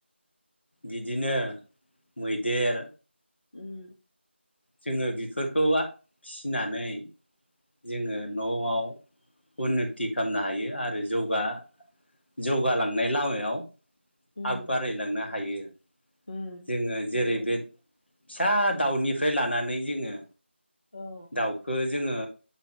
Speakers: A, on the left; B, on the left.
A: बिदिनो मैदेर
B: उम
A: जोङो बेफोरखौ आ फिनानै जोङो न'आव उन्नथि खालामनो हायो आरो जौगा जौगालांनाय लामायाव
B: उम
A: आग बारायलांनो हायो <unintelligible>
B: उम
A: जोङो जेरै
B: नंगौ
A: बे फिसा दाउनिफ्राय लानानै जोङो
B: औ
A: दाउखो जोङो